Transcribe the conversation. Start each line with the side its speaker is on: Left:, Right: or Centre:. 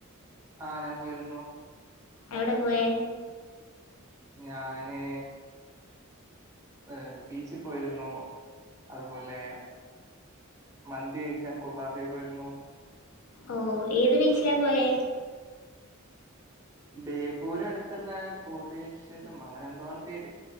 Right: ആ ഞാൻ പോയിരുന്നു
Left: എവിടെ പോയെ
Right: ഞാന് ഏ ബീച്ചിൽ പോയിരുന്നു അതുപോലെ മന്തി കഴിക്കാൻ കുബാബെ പോയിരുന്നു
Left: ഓ ഏത് ബീച്ചിലാ പോയെ
Right: ബേപ്പൂര് അട്ത്ള്ളെ ഗോതേശ്വരം അങ്ങനെ എന്തോ ആണ് പേര്